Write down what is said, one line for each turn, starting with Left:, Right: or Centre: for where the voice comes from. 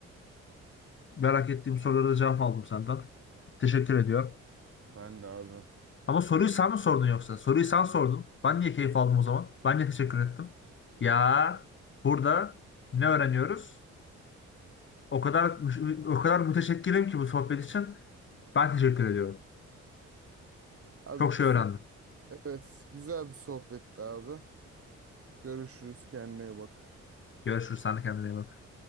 Left: Merak ettiğim sorulara da cevap aldım senden. Teşekkür ediyorum.
Right: Ben de abi.
Left: Ama soruyu sen mi sordun yoksa? Soruyu sen sordun. Ben niye keyif aldım o zaman? Ben niye teşekkür ettim? Ya burada ne öğreniyoruz? O kadar o kadar müteşekkirim ki bu sohbet için. Ben teşekkür ediyorum.
Right: Abi
Left: Çok şey
Right: t-
Left: öğrendim.
Right: evet güzel bir sohbetti abi. Görüşürüz kendine iyi bak.
Left: Görüşürüz. Sen de kendine iyi bak.